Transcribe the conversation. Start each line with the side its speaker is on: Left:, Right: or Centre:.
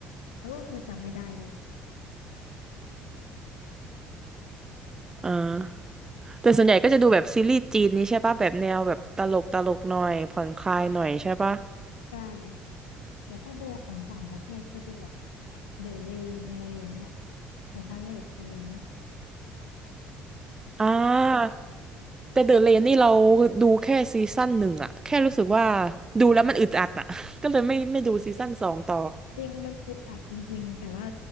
Left: แล้วก็คือจำไม่ได้ด้วย
Right: อ่าแต่ส่วนใหญ่ก็จะดูแบบซีรีส์จีนนี้ใช่ปะแบบแนวแบบตลกตลกหน่อยผ่อนคลายหน่อยใช่ปะ
Left: ใช่แต่ถ้าดูของต่างประเทศก็จะแบบเดอะเรนอะไรอย่างเงี้ยเดอะฮัลเลตอะไรอย่างเงี้ย
Right: อ่าแต่เดอะเลนนี่เราดูแค่ซีซั่นหนึ่งอะแค่รู้สึกว่าดูแล้วมันอึดอัดอะ <laughs> ก็เลยไม่ไม่ดูซีซั่นสองต่อ
Left: จริงมันอึดอัดจริงๆแต่ว่า